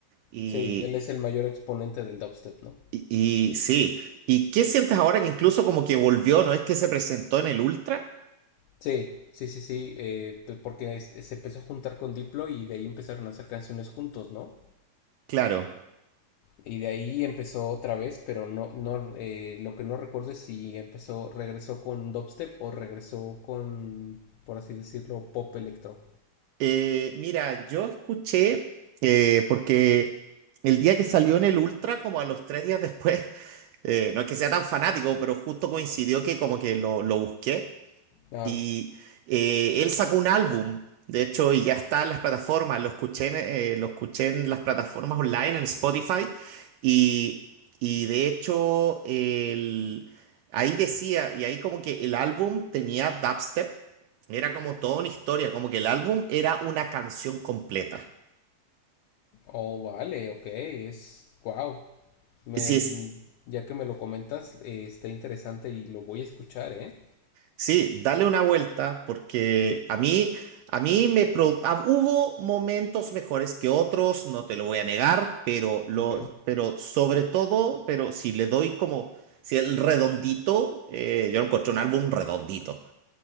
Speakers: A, on the right (about 80°); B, on the left (about 80°).
A: Y,
B: sí él es el mayor exponente del dubstep no
A: y, y sí, ¿y qué sientes ahora que incluso como que volvió, no es que se presentó en el Ultra?
B: Sí, sí, sí, sí, eh, p- porque este, se empezó a juntar con Diplo y de ahí empezaron a hacer canciones juntos, ¿no?
A: Claro.
B: Y de ahí empezó otra vez, pero no, no, eh, lo que no recuerdo es si empezó, regresó con dubstep o regresó con, por así decirlo, pop electro.
A: Eh, mira, yo escuché, eh, porque el día que salió en el Ultra, como a los tres días después, <laughs> eh, no es que sea tan fanático, pero justo coincidió que como que lo, lo busqué.
B: Ah,
A: Y eh, él sacó un álbum, de hecho, y ya está en las plataformas. Lo escuché en, eh, lo escuché en las plataformas online, en Spotify. Y, y de hecho, el- ahí decía, y ahí como que el álbum tenía dubstep. Era como toda una historia, como que el álbum era una canción completa.
B: oh, vale, ok, es, wow. Me,
A: Sí, es
B: mm, ya que me lo comentas, eh, está interesante y lo voy a escuchar, ¿eh?
A: Sí, dale una vuelta porque a mí, a mí me pro- ah, hubo momentos mejores que otros, no te lo voy a negar, pero lo,
B: Ok,
A: pero sobre todo, pero si le doy como, si el redondito, eh, yo encontré un álbum redondito.